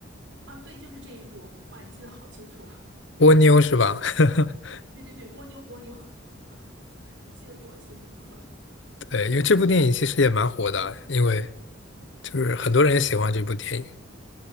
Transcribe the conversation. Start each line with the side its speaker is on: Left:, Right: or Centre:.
Right: 啊，对，就是这一部，哇，你记得好清楚，
Left: 波妞是吧？<laughs>
Right: <laughs> 对对对，波妞波妞，<laughs> 你记得比我清楚多了。
Left: 对，因为这部电影其实也蛮火的，因为就是很多人也喜欢这部电影。